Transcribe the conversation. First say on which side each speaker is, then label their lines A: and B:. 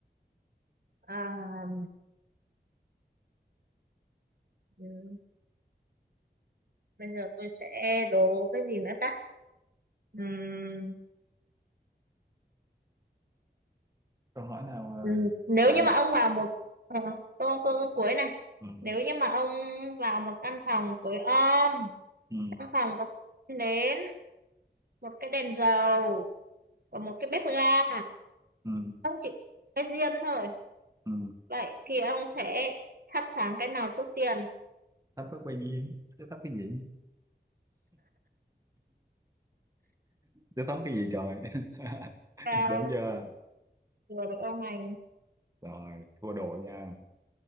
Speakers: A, on the right (about 55°); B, on the right (about 20°).
A: à, ừ, bây giờ tôi sẽ đố cái gì nữa ta Ừm,
B: câu hỏi nào ờ,
A: Ừ, nếu
B: đại
A: như
B: đại-
A: mà ông vào một ờ, câu câu câu cuối này
B: ừ,
A: nếu như mà ông vào một căn phòng tối om
B: ừ,
A: trong phòng có một cái nến một cái đèn dầu và một cái bếp ga
B: ừ,
A: ông chỉ cái diêm thôi
B: ừ.
A: vậy thì ông sẽ thắp sáng cái nào trước tiên
B: thấp có quay duyên chứ thấp cái gì chứ thấp cái gì trời <laughs>
A: và
B: đúng chưa
A: vừa được ông này
B: rồi thua đội nha